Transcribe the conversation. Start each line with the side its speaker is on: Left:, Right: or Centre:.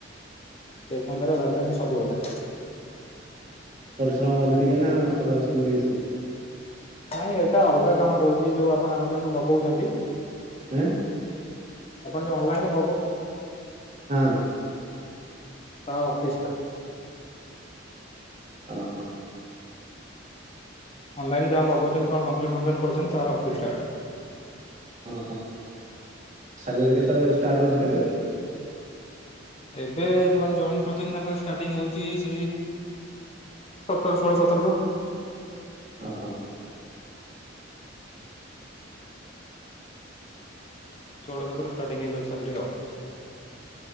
Left: ଟେକ୍ ମହିନ୍ଦ୍ରା ରେ ଭାକାନ୍ସି ସବୁବେଳେ।
Right: ପରିଶ୍ରମ ମଧ୍ୟ ଟିକେ ନା ସେମିତି କିଛି ନାହିଁ।
Left: ନାଇଁ ଏଇଟା ଅଲଗା କାମ ରହୁଛି ଯୋଉ ଆପଣ ଆମଜନ୍ ରୁ ମଗଉଛନ୍ତି।
Right: ଉଁ।
Left: ଆପଣ ଯଉ ଅନଲାଇନ
Right: ହଁ।
Left: ତା ଅଫିସ ଟା।
Right: ଅ ହ।
Left: ଅନଲାଇନ୍ ଯୋଉ ଆମେ ମଗଉଛନ୍ତି କଣ କମ୍ପ୍ଲେନ୍ ଫମ୍ପଲେନ୍ କରୁଛନ୍ତି ତାର ଅଫିସ୍ ଟା ଏଟା।
Right: ଅ ହ ସାଲରୀ କେତେ ଷ୍ଟାର୍ଟ ହଉଛି କେତେ ରୁ?
Left: ଏବେ ଯୋଉମାନେ ଜଏନ କରୁଛନ୍ତି ତାଙ୍କର ଷ୍ଟାର୍ଟିଂ ହଉଛି ସେଇ ସତର ଷୋହଳ ସତରରୁ।
Right: ଅହ।
Left: ଷୋଳ ସତରୁ ଷ୍ଟାଟିଂ ହେଇଯାଉଛି ସାଲେରି ଆଉ।